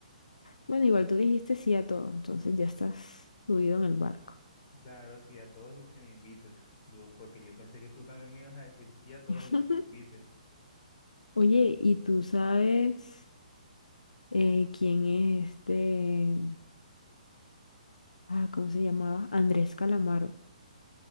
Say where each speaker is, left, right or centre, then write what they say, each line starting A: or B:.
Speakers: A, on the left; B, on the left.
A: Bueno, igual tú dijiste sí a todo, entonces ya estás subido en el barco.
B: Claro, sí, a todos los que me invites. Yo, porque yo pensé que tú también me ibas a decir sí a todos
A: <laughs>
B: los que te invite.
A: Oye, ¿y tú sabes eh, quién es este? Ah, ¿cómo se llamaba? Andrés Calamaro.